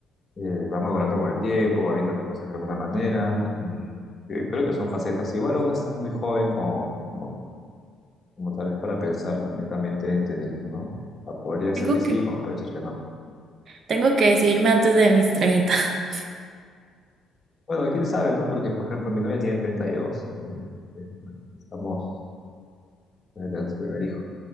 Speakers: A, on the left (about 30°); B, on the right (about 50°).
A: eh, va madurando con el tiempo, va viendo las cosas de alguna manera y eh, creo que son facetas. Igual aún estás muy joven como, como, como tal vez para pensar netamente en tener hijos, ¿no? O sea, podría
B: Tengo
A: ser que sí,
B: que,
A: como puede ser que no.
B: tengo que decidirme antes de mis 30. <laughs>
A: Bueno, quién sabe, ¿no? Porque, por ejemplo, mi novia tiene 32, eh, eh, estamos... eh, Tenemos el primer hijo.